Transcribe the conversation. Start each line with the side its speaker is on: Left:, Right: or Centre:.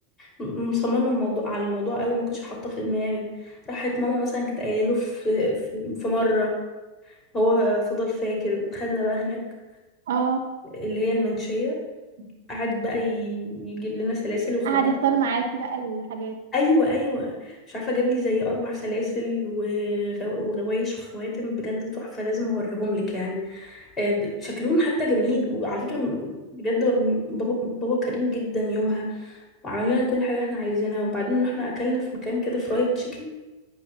Left: م- مصممة الموضوع على الموضوع قوي ما كنتش حاطاه في دماغي راحت ماما مثلا كانت قايله له في في في مرة هو فضل فاكر وخدنا بقى هناك
Right: اه
Left: اللي هي المنشية قعد بقى ي- يجيب لنا سلاسل
Right: قعد يختار معاكي بقى الحاجات
Left: ايوه ايوه مش عارفه جاب لي زي اربع سلاسل وغو- وغوايش وخواتم بجد تحفه لازم اوريهم لك يعني آه، شكلهم حتى جميل وعلى فكره م- بجد بابا بابا كريم جدا يومها وعمل لنا كل حاجه احنا عايزينها وبعدين رحنا اكلنا في مكان كده فرايد تشيكن